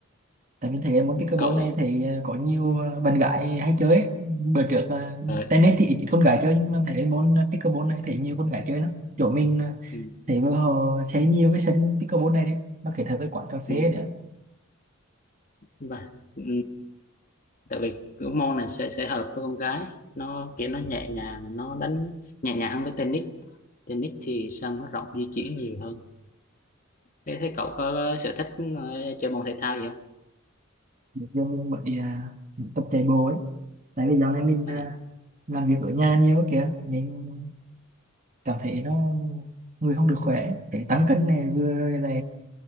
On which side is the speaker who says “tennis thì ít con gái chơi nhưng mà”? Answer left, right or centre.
Right